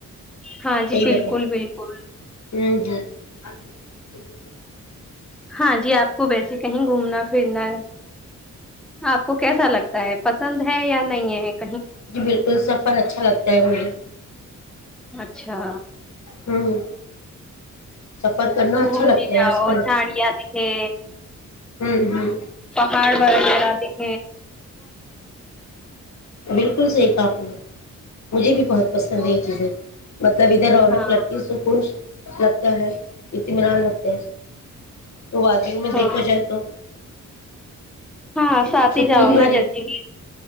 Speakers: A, in the centre; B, on the left (about 55°).
A: ہاں جی
B: صحیح
A: بالکل
B: بتائیں
A: بالکل
B: <unintelligible>
A: ہاں جی آپ کو ویس کہیں گھومنا پھرنا آپ کو کیسا لگتا ہے پسند ہے یا نہیں <inaudible>
B: جی بالکل سفر اچھا لگتا ہے مجھے
A: اچھا
B: ہوں سفر کرنا
A: گھومنے
B: اچھا لگتا ہے
A: جاؤ
B: آج کل
A: چھاڑیا دکھے
B: ہوں ہوں
A: پاڑ <unintelligible>
B: بالکل سحی کہپ نے مجھے بھی بہت پسند ہے یہ چیزیں مطلب ادھر رونق
A: ہاں
B: لگتی ہے سکنج لگتا ہے اطمینان لگتا ا تو وادیوں میں
A: ہاں
B: دیکھا جائے تو
A: ہاں ساتھ ہی
B: پن
A: جاؤ
B: بری
A: نا جیسے کہ